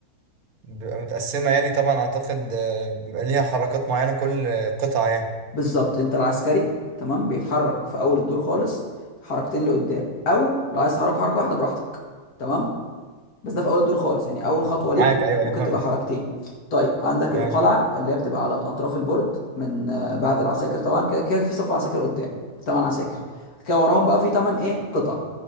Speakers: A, on the right; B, on the left.
A: بيبقى متقسمة يعني طبعا أعتقد آه، بيبقى ليها حركات معينة كل آه، قطعة يعني
B: بالظبط انت العسكري تمام بيتحرك في اول الدور خالص حركتين لقدام او لو عايز تحرك حركه واحده براحتك تمام بس ده في اول الدور خالص يعني اول خطوه ليه
A: معاك أيوة أيوة
B: ممكن
A: فاهمك
B: تبقى حركتين طيب عندك
A: تمام
B: القلعه اللي هي بتبقى على اطراف البورد من آه، بعد العساكر طبعا كده كده في صف عساكر قدام تمن عساكر كده وراهم بقى في تمن ايه قطع